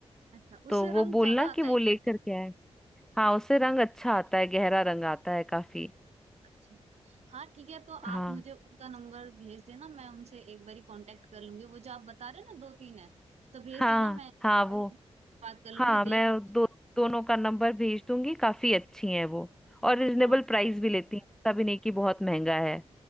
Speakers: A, on the right; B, in the centre.
A: अच्छा
B: तो
A: उससे
B: वो
A: रंग
B: बोलना
A: ज्यादा आता
B: कि वो
A: है क्या
B: लेकर के आए हाँ उससे रंग अच्छा आता है गहरा रंग आता है काफी
A: अच्छा हाँ ठीक है तो
B: हाँ
A: आप मुझे उनका नंबर भेज देना मैं उनसे एक बार कांटेक्ट कर लूंगी वो जो आप बता रहे हैं ना दो तीन है तो भेज
B: हाँ
A: देना मैं एक
B: हाँ
A: बारी
B: वो
A: उनसे बात कर लूंगी
B: हाँ मैं
A: देख लूंगी
B: दो दोनों का नंबर भेज दूंगी काफी अच्छी हैं वो और रिजनेबल
A: हाँ
B: प्राइस भी लेती हैं ऐसा भी नहीं कि बहुत महंगा है